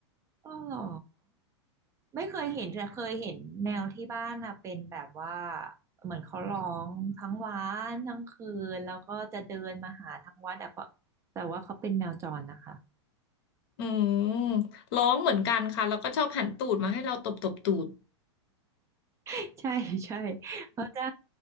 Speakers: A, on the right (about 20°); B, on the left (about 55°).
A: อ๋อเหรอไม่เคยเห็นแต่เคยเห็นแมวที่บ้านนะเป็นแบบว่าเหมือนเขาร้องทั้งวันทั้งคืนแล้วก็จะเดินมาหาทั้งวันแต่ว่าแต่ว่าเขาเป็นแมวจรนะคะ
B: อืมร้องเหมือนกันค่ะแล้วก็ชอบหันตูดมาให้เราตบตบตูด
A: <laughs> ใช่ใช่เขาจะ